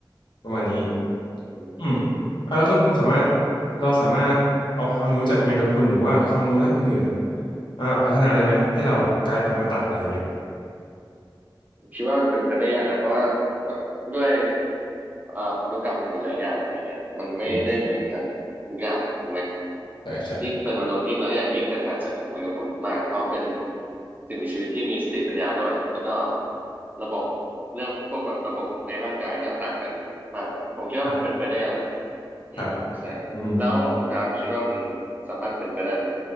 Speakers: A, on the left (about 65°); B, on the right (about 20°).
A: ประมาณนี้
B: อืม
A: อืมอ่ะแล้วคุณภูมิสามารถ
B: อืม
A: เราสามารถเอาความรู้จากแมงกะพรุนหรือว่าความรู้ด้านอื่นๆอ่ะมาแบบพัฒนาได้ไหมให้เราแบบกลายเป็นอมตะอะไรอย่างเงี้ย
B: คิดว่ามันเป็นไปได้ยากนะเพราะว่าแบบด้วยเอ่อพันธุกรรมหลายๆอย่างอะไรเงี้ยมันไม่ได้เหมือนกันทุกอย่างถูกไหม
A: อืมใช่ใช่
B: ยิ่งเป็นมนุษย์ยิ่งแล้วใหญ่ยิ่งแตกต่างจากแมงกะพรุนมากเพราะเป็นสิ่งมีชีวิตที่มีสติปัญญาด้วยแล้วก็ระบบเรื่องพวกแบบระบบในร่างกายก็ต่างกันมากแล้วผมคิดว่ามันเป็นไปได้ยากนะ
A: ครับ
B: อืมใช่แล้วคุณดาบคิดว่ามัน
A: ครับอืม
B: สามารถเป็นไปได้ไหม